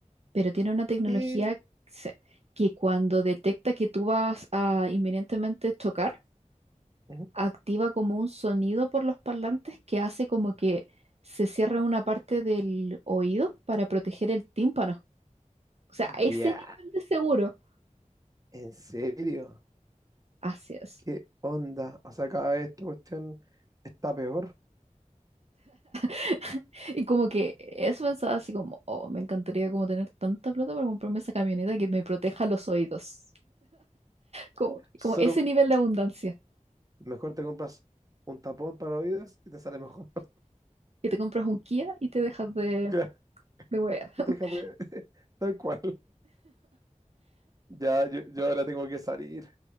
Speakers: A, on the right; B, on the right.
A: pero tiene una tecnología
B: Y-
A: se- que cuando detecta que tú vas a inminentemente chocar,
B: ujú.
A: activa como un sonido por los parlantes que hace como que se cierra una parte del oído para proteger el tímpano. O sea, a ese
B: Ya,
A: nivel de seguro.
B: ¿en serio?
A: Así es.
B: ¿Qué onda? O sea, cada vez esta cuestión está peor.
A: <laughs> Y como que eso pensaba así como, oh, me encantaría como tener tanta plata para comprarme esa camioneta que me proteja los oídos. Como,
B: Solo
A: como ese nivel de abundancia.
B: mejor te compras un tapón para oídos y te sale mejor.
A: Que te compras un Kia y te dejas de,
B: <laughs>
A: de huevear. <laughs>
B: Déjate, <laughs> tal cual. Ya, yo, yo ahora tengo que salir.